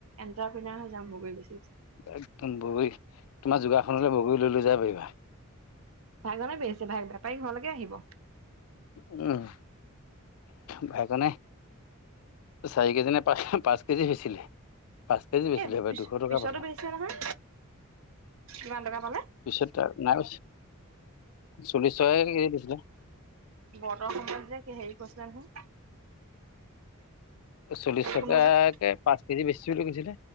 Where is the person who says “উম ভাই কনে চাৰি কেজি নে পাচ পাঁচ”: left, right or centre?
Left